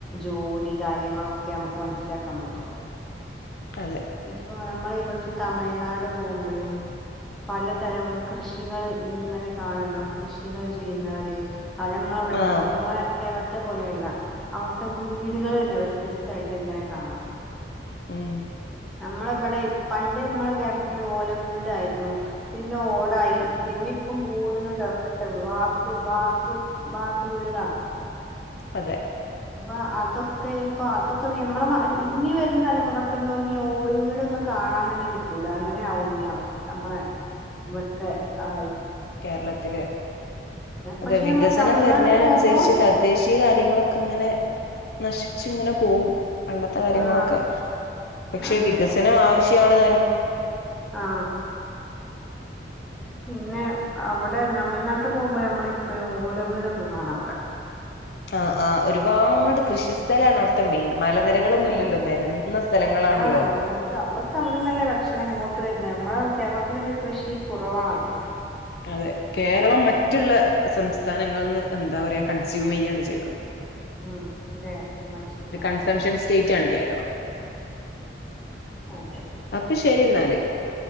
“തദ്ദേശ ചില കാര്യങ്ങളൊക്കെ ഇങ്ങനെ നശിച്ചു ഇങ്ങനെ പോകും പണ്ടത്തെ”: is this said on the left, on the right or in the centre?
Left